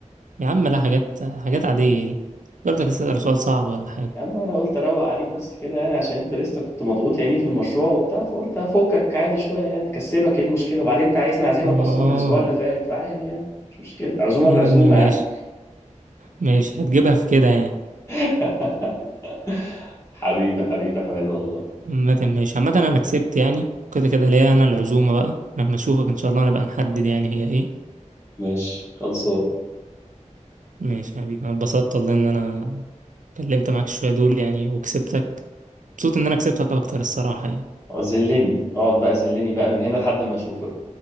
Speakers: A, on the right (about 80°); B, on the left (about 20°).
A: يا عم لا حاجات حاجات عاديه دي فكرتك هتسال سؤال صعب ولا حاجه
B: اما انا قلت اروق عليك بس كده يعني عشان انت لسه كنت مضغوط يعني في المشروع وبتاع فقلت افكك عادي شويه يعني اكسبك ايه المشكله وبعدين انت عايزني اعزمك
A: اه
B: اصلا من الاسبوع اللي فات فعادي يعني مش مشكله عزومه
A: يا
B: بعزومه
A: عم
B: يعني
A: ماشي ماشي هتجيبها في كده يعني
B: <laughs> حبيبي حبيبي حماد والله
A: عامة ماشي عامة انا كسبت يعني كده كده ليا انا العزومه بقى لما اشوفك ان شاء الله نبقى نحدد يعني هي ايه
B: ماشي خلصان
A: ماشي يا حبيبي انا اتبسطت والله ان انا كلمت معاك شويه دول يعني وكسبتك مبسوط ان انا كسبتك اكتر الصراحه يعني
B: زلني اقعد بقى زلني بقى من هنا لحد ما اشوفك